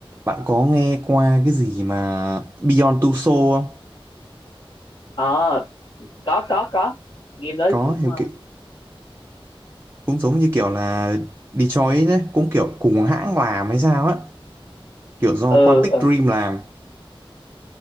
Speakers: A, on the right; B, on the left.
A: bạn có nghe qua cái gì mà Beyond Two Souls không
B: Ờ, có có có game đấy
A: có
B: cũng
A: thì
B: ờ,
A: cái, cũng giống như kiểu là Detroit đấy cũng kiểu cùng hãng làm hay sao á kiểu do
B: ừ
A: Quantic
B: ừ.
A: Dream làm